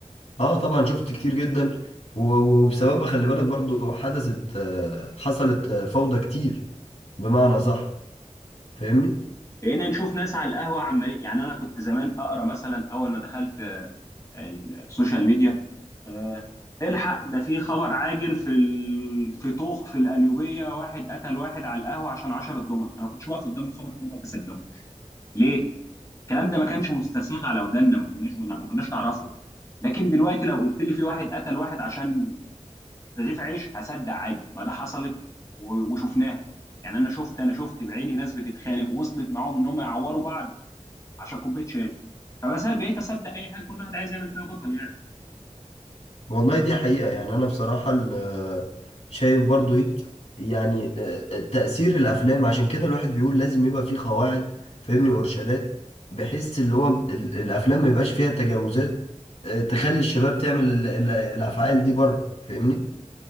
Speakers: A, on the left; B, on the left.
A: اه طبعا شفت كتير جدا و- وبسببها خلي بالك برضو حدثت آه، حصلت آه، فوضى كتير بمعنى صح فاهمني
B: بقينا نشوف ناس على القهوه عمال يعني انا كنت زمان اقرا مثلا اول ما دخلت آه، السوشيال ميديا آه، الحق ده في خبر عاجل في ال... في طوخ في القليوبيه واحد قتل واحد على القهوه عشان 10 دومن انا ما كنتش واقف قدام الخبر ده ما بصدقوش ليه؟ الكلام ده ما كانش مستساغ على ودنا ما كناش بنا... ما كناش نعرفه لكن دلوقتي لو قلت لي في واحد قتل واحد عشان رغيف عيش هصدق عادي ما ده حصلت و... وشفناها يعني انا شفت انا شفت بعيني ناس بتتخانق وصلت معاهم ان هم يعوروا بعض عشان كوبايه شاي فبس أنا بقيت اصدق اي حاجه كل واحد عايز يعمل فيها بطل يعني
A: والله دي حقيقة يعني أنا بصراحة ال- شايف برضو إيه يعني آه، آه، تأثير الأفلام عشان كده الواحد بيقول لازم يبقى فيه قواعد فاهمني وإرشادات بحيث اللي هو ال- الأفلام ما يبقاش فيها تجاوزات آه، تخلي الشباب تعمل ال- ال- الأفعال دي بره فاهمني؟